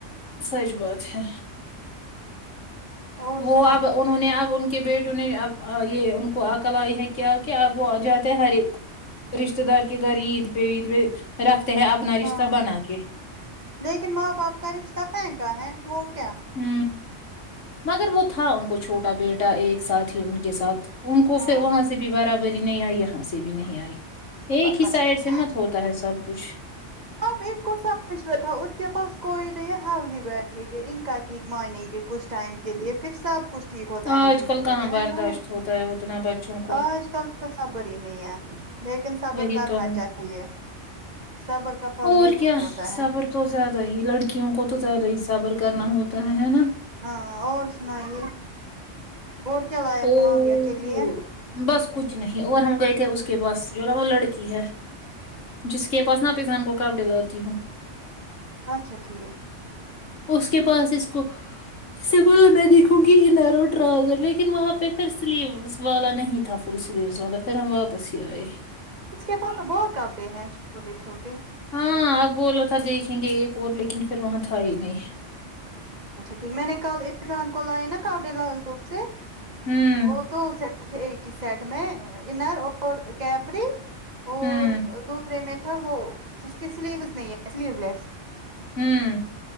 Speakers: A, on the left (about 80°); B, on the right (about 35°).
A: سچ بات ہے
B: اور
A: وہ
B: سناؤ
A: اب انہوں نے اب ان کہ بیٹوں نے اب یہ ان کو عقل آئی ہے کیا کہ اب وہ جاتے ہر ایک رشتتے دار کے گھر عید پہ عید پہ رکھتے ہیں اپنا رشتہ
B: ہاں
A: بنا کے
B: لیکن ماں باپ کا رشتہ پھینکا ہے وہ کیا
A: ہوں مگر وہ تھا ان کو چھوٹا بیٹا ایک ساتھ ہی ان کے ساتھ ان کو
B: ہاں
A: پھر وہاں سے بھی برابری نہیں آئی یہاں سے بھی نہیں آئی ایک
B: پتا
A: ہی
B: نہیں
A: سائڈ سے مت ہو ہوتا ہے سب کچھ
B: <unintelligible> انکے پاس کوئ نہیں ہے ہم ہی بیٹھے گے ان کا ہی مانیں گے کچھ ٹائم کے لیے پھر سب کچھ ٹھیک ہوتا
A: آج
B: ہے دن
A: کل کہاں
B: بہ دن
A: برداشت
B: ہے نا
A: ہوتا ہے اتنا بچوں کو
B: آج کل تو صبر ہی نہیں ہے لیکن صبر
A: وہی
B: کرنا
A: تو ہے
B: چاہیے صبر کا پھل
A: اور
B: میٹھا
A: کیا
B: ہوتا
A: صبر
B: ہے
A: تو زیادہ ہی لڑکیوں کو تو زیادہ ہی صبر کرنا ہوتا ہے ہے نا
B: ہاں اور سنائیے اور کیا لایا
A: او
B: معاویہ کے لیے
A: بس کچھ نہیں اور ہم گئے تھے اس کے پاس جو رہ نا وہ لڑکی ہے جس کے پاس نا ارضان کو کپڑے لاتی ہوں
B: اچھا ٹھیک
A: اس کے پاس اس کو اس سے بول میں دیکھوں گی <unintelligible> پھر وہاں پہ پھر سلیوز والا نہیں تھا فل سلیوز والا پھر ہم واپس ہی آئے
B: اس کے پاس بہت کپڑے ہیں چھوٹے چھوٹے
A: ہاں اب بولا تھا دیکھیں گے ایک اور لیکن پھر وہاں تھا ہی نہیں
B: اچھا ٹھیک میں نے کل ارضان کو لائے نا کاپڑے لال چوک سے
A: ہوں
B: وہ دو سیٹ ایک ہی سیٹ میں انر اور کیپری اور
A: ہوں
B: دوسرے میں تھا وہ جس کی سلیوز نہیں ہے سلیو لیس
A: ہوں